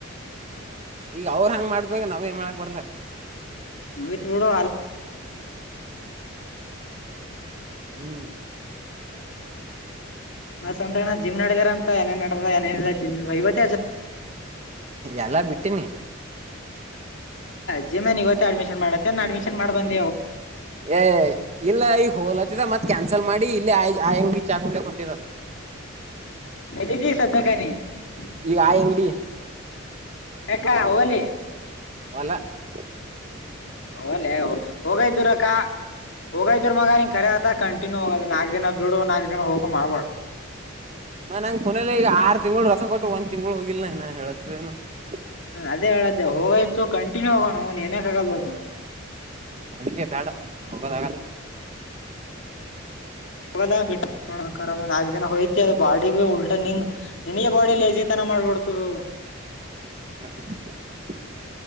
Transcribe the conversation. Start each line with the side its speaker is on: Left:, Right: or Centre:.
Right: ಈಗ ಅವರೇ ಮಾಡಿದರೆ ನಾವೇನು ಮಾಡಕ್ಕಾಗಲ್ಲ
Left: ಮುಗೀತು ಬಿಡು
Right: ಹ್ಮ್
Left: ಮತ್ತೆ ಅಣ್ಣ ಜಿಮ್ಮಿಗ್ ಹೋಗಿದ್ರಂತೆ ಏನ್ ಎಕ್ಸಸೈಜ್ ಮಾಡಿದ್ರಿ
Right: ಎಲ್ಲಾನು ಬಿಟ್ಟಿದಿನಿ
Left: ಜಿಮ್ ಗೆ ಇವತ್ ಅಡ್ಮಿಶನ್ ಆದ ಇಲ್ಲ ಮೊದಲು ಅಡ್ಮಿಶನ್ ಆಗಿದ್ದ
Right: ಏ ಇಲ್ಲ ಈಗ ಹೋಲತ್ತಿದ ಮತ್ ಕನ್ಸ <inaudible> ಅಂಗಡಿಗೆ ಇವಾಗ ಟೀ ಕುಡಿಯೋಕೆ ಬರ್ತೀವಿ
Left: ಇದ ಸ್ದಕಣಿ <inaudible>
Right: ಈಗ ಆ ಅಂಗಡಿ
Left: ಕ್ಕ ಹಲಿ <inaudible>
Right: ಹೊಲದಲ್ಲಿ
Left: ಅಲ್ಲೇ ಹೋಗ ಇದ್ದರು ಅಕ್ಕ ಹೋಗ ಇದ್ದ್ರ ಮಗನ <inaudible> ಹೋದ್ರೆ ಕಂಟಿನ್ಯೂ ಆಗಿ ಹೋಗಬೇಕು ನಾಲ್ಕು ದಿನ ಹೋಗೋದು ನಾಲ್ಕು ದಿನ ಬಿಡೋದು ಮಾಡಬಾರದು
Right: <inaudible>
Left: ಅದೇ ಹೇಳದು ಹೋದರೆ ಕಂಟಿನ್ಯೂ ಆಗಿ ಹೋಗಬೇಕು
Right: ಅದಕ್ಕೆ ಬೇಡ ಹೋಗೋದಲ್ಲ
Left: ಹೋಗ್ದೆ ಹೋದರೆ ನೀನೆ ಸೋಂಬೇರಿ ಐತ್ಯಾ ಮಾಡ್ಬಿಡ್ತದ <inaudible>
Right: ಹ್ಮ